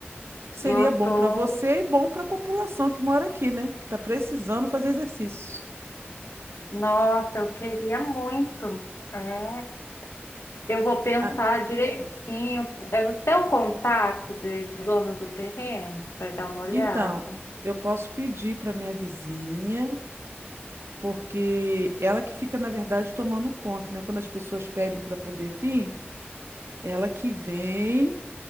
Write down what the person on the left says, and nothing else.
Eu
tô,
nossa, eu queria muito. É, eu vou pensar
direitinho. É o seu contato de de dono do terreno? Vai dar uma olhada.